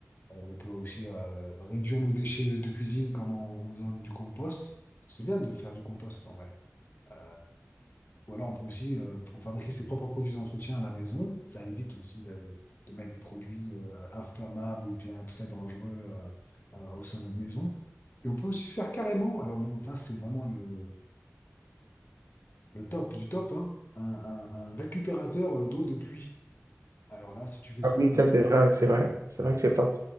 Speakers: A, on the left; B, on the right.
A: euh, on peut aussi euh, réduire nos déchets de, de cuisine comme en, en faisant du compost. C'est bien de faire du compost en vrai. Euh, ou alors on peut aussi, euh, pour fabriquer ses propres produits d'entretien à la maison, ça évite aussi de, de- de mettre des produits euh, inflammables ou bien très dangereux euh, euh, au sein de notre maison. Et on peut aussi faire carrément, alors bon, ça c'est vraiment le, le top du top, hein, un, un- un récupérateur d'eau de pluie. Alors là, si tu fais
B: Ah
A: ça,
B: oui,
A: t'es,
B: ça c'est vrai, c'est vrai. C'est
A: ouais,
B: vrai que c'est top